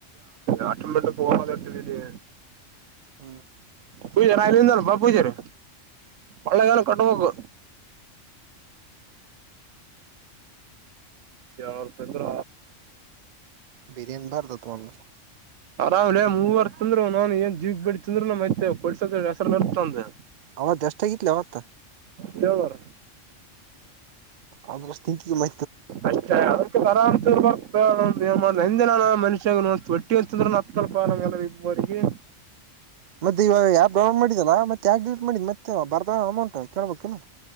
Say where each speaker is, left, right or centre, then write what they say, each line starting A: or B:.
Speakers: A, on the right; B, on the right.
A: ಅಟಟ್ಟ ಹೋಗ ಇರ್ತಿದೀ
B: ಹ
A: ಪೂಜಾರಲ್ಲಿದಲ್ ಬಾ ಪೂಜರು ಒಳ್ಳೆದನ ಕಟ್ಬೇಕು ಯಾವ ತ ಅಂದ್ರ
B: ಬಿರಿಯಾನಿ ಭಾ್ದ ತು ಅಲೆ
A: ಅರಾಮ್ ರೇ ಮೂವರ್ ತಿಂದಂದ್ರು ನಾನನ್ ಏನ್ ಜೀವಿಗ್ ಬಿಡಿ ತಿಂದ್ರ ನಮೈತೆ ಕೊಡ್ಸ ಹೆಸ್ರ ನಿರ್ತಂದ
B: ಅವಾರ ದಷ್ಟಟೆಕಲವತ
A: ಕೆವ ಬರ
B: ಅದ್ರ ತಿಂಿ ಮ
A: ಅತ ಯ ಆರಾಮ ಮಾಡಿನ ನ ಮನುಷ್ಯ ಒಟ್ಟಿ ಅಂತಂದ್ರಲ್ಪ ಅಗೆ
B: ಮತ್ತೆ ಇವಾಗ ಯಾವ್ ಮಾಡಿದನಾ ಮತ್ತೆ ಯಾಕ ಡಿಸಟ್ ಮಾಡಿದ ಮತ್ತೆ ಬರ್ದಾವ ಅಮೌಂಟ್ ಕೇಳ್ಬೇಕಲ್ಲ